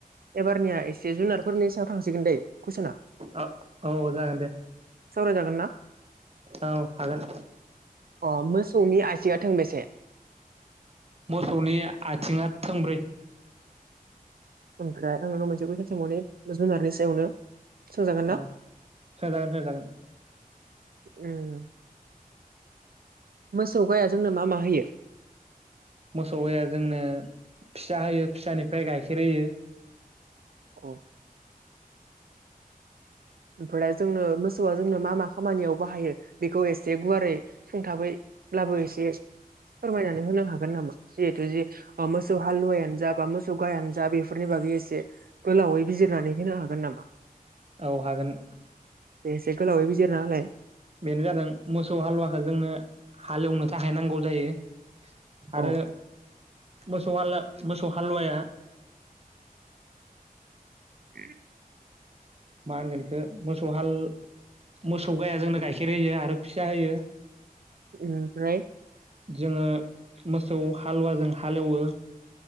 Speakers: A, on the right; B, on the right.
A: एबारनि मा एसे जुनारफोरनि सायाव थांसिगोन दे कुइसना
B: औ औ जागोन दे
A: सावराय जागोन ना
B: औ हागोन
A: अ मोसौनि आसिया थोंबेसे
B: मोसौनि आथिङा थोंब्रै
A: ओमफ्राय आंनाव मोनसे कुइनस सोंबावनि जुनारनि सायावनो सोंजागोन ना
B: औ सोंजागोन सोंजागोन
A: ओम मोसौ गाया जोंनो मा मा होयो
B: मोसौया जोंनो फिसा होयो फिसानिफ्राय गाइखेर होयो
A: औ ओमफ्राय जोंनो मोसौआ जोंनो मा मा खामानियाव बाहायो बेखौ एसे गुवारै सुंथाबै लाबो इसे फोरमायनानै होनो हागोन नामा जिहेतु जे मोसौ हालुवायानो जा बा मोसौ गायानो जा बेफोरनि बागै एसे गोलावै बिजिरनानै होनो हागोन नामा
B: औ हागोन
A: दे एसे गोलावै बिजिरनानै होलाय
B: बेनो जादों मोसौ हालुवाखौ जोंनो हालेवनो थाखाय नांगौ जायो आरो
A: औ
B: मोसौ हालु मोसौ हालुवाया
A: <inaudible>
B: मा होनगोन एखो मोसौ हाल मोसौ गाया जोंनो गाइखेर होयो आरो फिसा होयो
A: ओमफ्राय
B: जोङो मोसौ हालुवाजों हालेवो